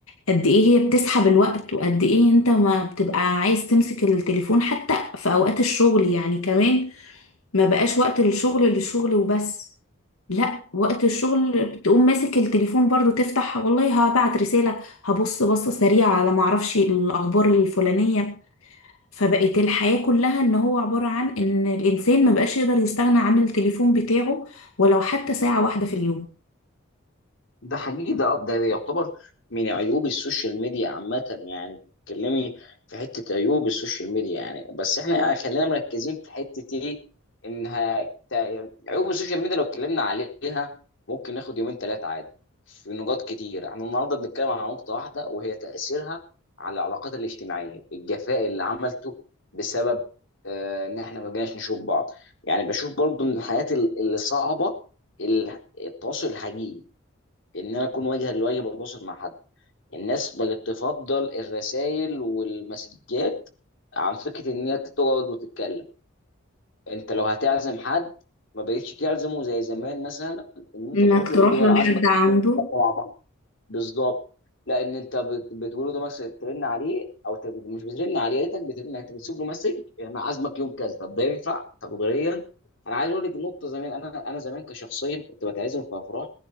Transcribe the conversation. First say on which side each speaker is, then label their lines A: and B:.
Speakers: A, on the left; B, on the left.
A: قد ايه هي بتسحب الوقت وقد ايه انت ما بتبقى عايز تمسك التليفون حتى في اوقات الشغل يعني كمان ما بقاش وقت للشغل للشغل وبس لا وقت الشغل تقوم ماسك التليفون برضو تفتح والله هبعت رسالة هبص بصة سريعة على معرفش الأخبار الفلانية فبقت الحياة كلها إن هو عبارة عن إن الإنسان ما بقاش يقدر يستغنى عن التليفون بتاعه ولو حتى ساعة واحدة في اليوم
B: ده حقيقي ده ده يعتبر من عيوب السوشيال ميديا عامة يعني تتكلمي في حتة عيوب السوشيال ميديا يعني بس احنا يعني خلينا مركزين في حتة ايه انها تا- عيوب السوشيال ميديا لو اتكلمنا عليها ممكن ناخد يومين ثلاثة عادي في نقاط كتير احنا النهاردة بنتكلم على نقطة واحدة وهي تأثيرها على العلاقات الاجتماعية الجفاء اللي عملته بسبب آه، ان احنا ما بقيناش نشوف بعض يعني بشوف برضو من الحاجات ال- اللي صعبة ال- التواصل الحقيقي ان انا اكون واجها لوجه بتواصل مع حد الناس بقت تفضل الرسائل والمسجات عن فكره ان هي تقعد وتتكلم انت لو هتعزم حد ما بقتش تعزمه زي زمان مثلا ان انت
A: إنك
B: تروح
A: تروح
B: له وتقول له
A: له
B: انا
A: لحد
B: عازمك
A: عنده
B: نتكلم مع بعض بالظبط لا ان انت بت- بتقول له مثلا ترن عليه او ت- مش بترن عليه يا ريتك بترن يعني انت بتسيب له مسج انا عازمك يوم كذا طب ده ينفع تقديريا انا عايز اقول لك نقطه زمان انا انا زمان كشخصيا كنت بتعزم في افراح